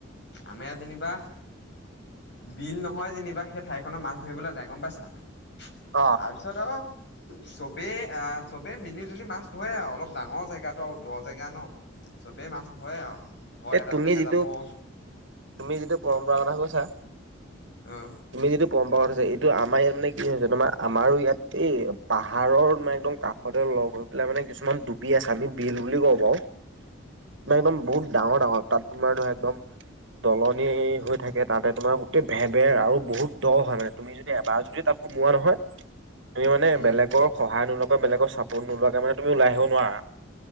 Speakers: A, on the left (about 60°); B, on the right (about 65°).
A: আমাৰ যেনিবা বিল নহয় যেনিবা সেই ঠাই খত মাছ ধৰিবলৈ যায় গম পাইছা তাৰপিছত,
B: অ
A: পিছত আৰু চবেই অ, চবেই মিলি জুলি মাছ ধৰে আৰু অলপ ডাঙৰ জেগাতটো আৰু দ জেগা ন। চবেই মাছ হয় আৰু। ঘৰ
B: এই
A: এটা
B: তুমি
A: দুটাকে
B: যিটো
A: যাব অ
B: তুমি যিটো পৰম্পৰা কথা কৈছা।
A: অ
B: তুমি যিটো পৰম্পৰাগত আছে এইটো আমাৰ ইয়াত মানে কি হৈছে তোমাৰ আমাৰ ইয়াত এই পাহাৰৰ মে একদম কাষতে লগ হৈ পেলাই মানে কিছুমান ডুবি আছে আমি বিল বুলি ক'ব পাৰো। মে একদম
A: উম,
B: বহুত ডাঙৰ ডাঙৰ তাত তোমাৰ ধৰা একদম দলনি হৈ থাকে তাতে তোমাৰ গোটেই ভেৰ ভেৰ আৰু বহুত দ হয় তুমি যদি এবাৰ যদি তাত সোমোৱা নহয় তুমি মানে
A: উম,
B: বেলেগৰ সহায় নোলোৱাকৈ বেলেগৰ চাপোৰ্ট নোলোৱাকৈ মানে তুমি ওলাই আহিব নোৱাৰা।